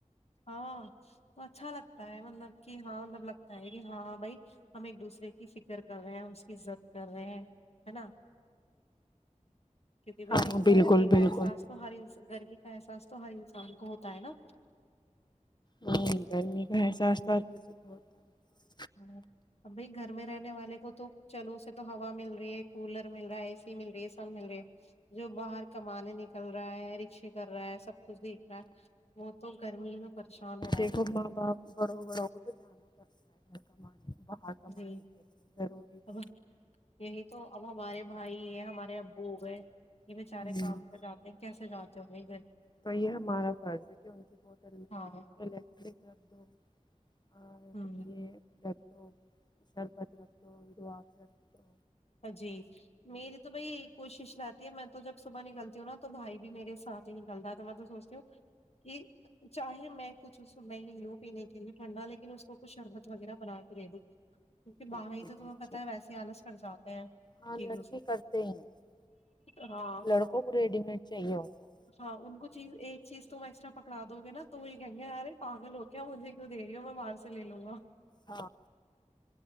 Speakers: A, on the left (about 55°); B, on the left (about 35°).
A: ہاں تو اچھا لگتا ہے مطلب کہ ہاں مطلب لگتا ہے کہ ہاں بھائی ہم ایک دوسرے کی فکر کر رہے ہیں اس کی عزت کر رہے ہیں ہے نا کیتی بھ
B: ہاں
A: دیکو
B: بالکل
A: گرمی کا
B: بالکل
A: احساس تو ہرسان گرمی کا احساس تو ہر انسان ہوتا ہے نا
B: نہیں گرمی کا احساسہ کسی کو ہوتا ہے
A: ہ اب بھائی گھر میں رہنے والے کو تو چلو اسے تو ہوا مل رہی ہے کولر مل رہا ہے اے سی مل رہی ہے سب مل رہی ہے جو باہر کمانے ن چل رہا ہے رکشے کر رہا ہے سب کچھ دیکھ رہا ہے وہ تو گرمی میں پریشان ہو رہا
B: دیکھو
A: ہے نا
B: ماں باپ بڑوں بڑوں کو تو جانا پڑتا ہے گھر کمانے باہر کمانے
A: جی
B: کے لیے ضروری بھی
A: اب یہی تو اب ہمارے بھائی ہیں ہمارے ابو ہو گئے یہ
B: ہے
A: بچارے کام
B: ہوں
A: پہ جاتے ہیں کیسے جا چ ہوی
B: تو یہ ہمارا فرض ہے کہ ان کی بوٹل میں
A: ہاں
B: نا الیکٹرک درد ہو اور
A: ہوں
B: یہ درد شربت رم دوو آفظ ر دو
A: جی میری تو بھائی کوشش رہ میں تو جب صبح نکلتی ہوں نا تو بھائی بھی میرے سات ہی نکلتا ہے تو میں تو سوچتی ہوں چاہے میں کچھ میں ہی لو پینے کےے ٹھنڈا لیکن اس کو کھ شربت وغیرہ بناات کرڈ کیکہ باہاں
B: بالکل
A: ہی تو
B: دینا
A: تمہیں پتتا
B: چاہیے
A: ہے ویسی آلس سزات چزوں
B: ہاں لڑکے
A: سے
B: کرتے ہی ہیں
A: ہاں
B: لڑکوں کو ریڈی میڈ چاہیے ہوتا ہے
A: ہاں ان کو چیز ایک چیز تو ایکسٹرا پکڑا دو گے نا تو وہ یہ کہیں گے ہارے پاگل ہو کیا مجھے ایک دےریی ہو میں باہر سے لے لوں گا
B: ہاں